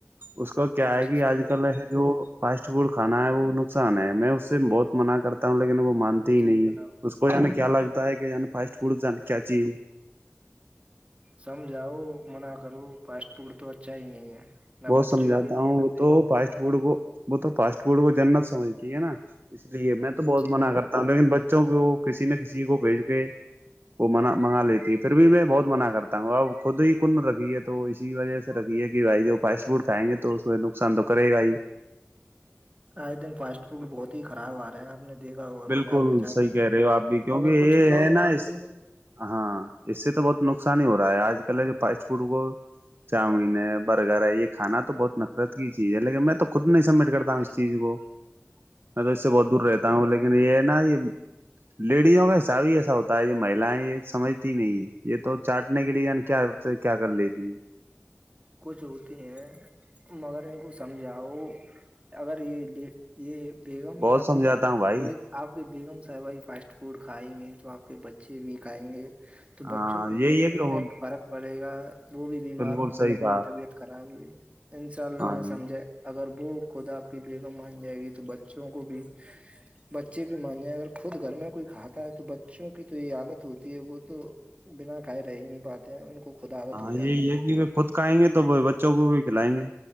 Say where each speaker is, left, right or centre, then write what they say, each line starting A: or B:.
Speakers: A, on the right; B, on the right.
A: اس کا کیا
B: تو
A: ہے
B: اسے
A: کہ
B: صحیح
A: آج کل ہے جو فاسٹ فوڈ کھانا ہے وہ نقصان ہے میں اس سے بہت منع کرتا ہوں لیکن وہ مانتے ہی
B: جی
A: نہیں
B: جناب
A: ہے اس کو جانے کیا لگتا ہے کہ کی فاسٹ فوڈ کیا چیز ہے
B: سمجاؤ منا کرو فاسٹ فوڈ تو اچھا ہی نہیں ہے نہ
A: بہت
B: بچوں
A: سمجھاتا
B: کے
A: ہوں
B: لیے نہ
A: وہ
B: بیگم
A: تو فاسٹ
B: کے لیے
A: فوڈ کو وہ تو فاسٹ فورڈ کو جنت سمجتی ہے نا اس لیے میں تو بہت
B: جی
A: منع کرتا لیکن بچوں کو کسی نہ کسی کو بھیج کے وہ م منگا لیتی ہے پھر بھی میں بہت منع کرتا ہوں اب خود ہی کن رکھی ہے تو اسی وجہ سے رکھی ہے کہ بھائی جو افائس فوڈ کھآئےگے تو اس میں نقصان تو کرے گا ہی
B: آے دن فاسٹ فروٹ بہت ہی خراب آ رہے ہیں آ نے دیکھا ہوا
A: بالکل
B: بازار میں جا
A: صحیح
B: کے
A: کہہ
B: دیکھاا
A: رہے ہو آپ بھی کیونکہ
B: مگر کچھ
A: یہ
B: لوگ
A: ہے نا
B: مانتے
A: اس
B: ہی
A: ہاں اس سے تو بہت نقصان ہی ہو رہا ہے آج کل جو فاسٹ فوڈ کو چاؤمین ہے برگر ہے یہ کھانا تو بہت نفرت کی چیز ہے لیکن میں تو خود نہیں سبمٹ کرتا ہوں اس چیز کو
B: اچ <inaudible>
A: میں تو اس سے بہت دور رہتا ہوں لیکن یہ ہے نا ی لیڈیزوں کا حساب ہی ایسا ہوتا ہے یہ مہییں یہ سمجتی نہیں یہ تو چاٹنے کے لیے کیا تو کیا کر لی تھی
B: کچھ ہوتی ہیں مگر ان کو سمجھا وہ اگر یہ یہ بیگم ہی
A: بہت
B: آپ
A: سمجھاتا
B: کے پ
A: ہوں بھائی
B: آپ کے بیگم صاحبائی فاسٹ فوڈ کھائیں گے تو آپ کے بچے بھی کھائیں گے تو
A: ہاں
B: بچوں پہ
A: یہی
B: بھی
A: ہے
B: امفیکٹ
A: کہ
B: فرق پڑے گا وہ بھی بیمار
A: بالکل
B: ہوں
A: صحیح
B: گے ان
A: کہا
B: کی بھی طبیعت خراب ہوی ان شاء اللہ
A: ہاں
B: انہیں
A: جی
B: سمجھے اگر وہ خود آپ کی بیگم مان جائے گی تو بچوں کو بھی بچے بھی مانے اگر خود گھر میں کوئی کھاتا ہے تو بچوں کی تو یہ عادت ہوتی ہے وہ تو بنا کھائے رہ ہی نہیں پاتے ہیں ان کو خود عادت
A: ہاں
B: ہو
A: یہی
B: جاتی
A: ہے کہ وہ خود کھائیں گے تو وہ بچوں کو بھی کھلائیں گے